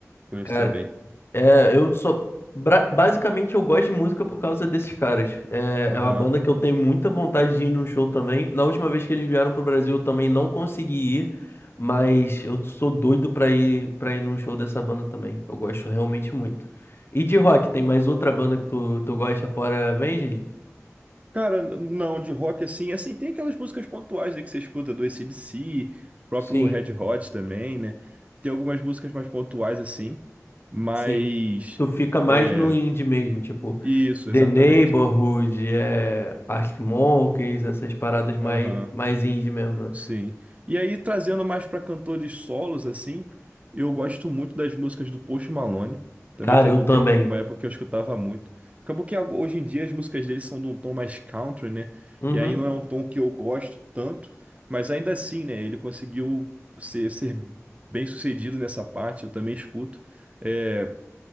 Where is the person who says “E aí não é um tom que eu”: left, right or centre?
Right